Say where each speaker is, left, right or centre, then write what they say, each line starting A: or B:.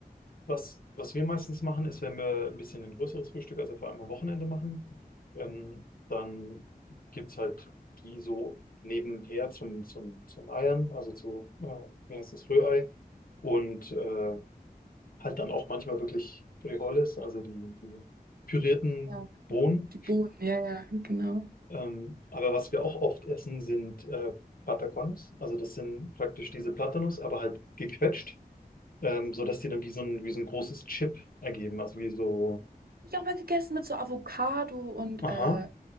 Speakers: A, on the left; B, on the right.
A: Was, was wir meistens machen, ist, wenn wir ein bisschen ein größeres Frühstück, also vor allem am Wochenende machen, ähm, dann gibt es halt die so nebenher zum, zum, zum Eiern, also zu, äh, wie heißt das, Rührei. Und äh, halt dann auch manchmal wirklich Frijoles, also die, die pürierten
B: Ja,
A: Bohnen.
B: die Bohnen, ja, ja, genau. Hab
A: Ähm, aber was wir auch oft essen, sind äh, Patacones. Also das sind praktisch diese Platanos, aber halt gequetscht, ähm, sodass die dann wie so ein, wie so ein großes Chip ergeben, also wie so
B: Ich auch mal gegessen mit so Avocado und,
A: Aha.
B: äh,